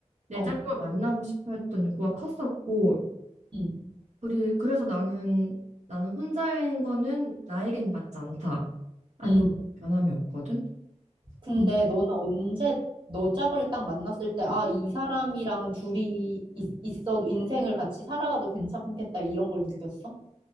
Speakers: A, on the right; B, on the right.
A: 내
B: 어,
A: 짝꿍을 만나고 싶어 했던 욕구가 컸었고,
B: 음,
A: 그리, 그래서 나는, 나는 혼자인 거는 나에겐 맞지 않다. 아니,
B: 음.
A: 요 변함이 없거든?
B: 근데
A: 음.
B: 너는 언제 너 짝을 딱 만났을 때, 아, 이 사람이랑은 둘이 있, 있어도 인생을 같이 살아가도 괜찮겠다 이런 걸 느꼈어?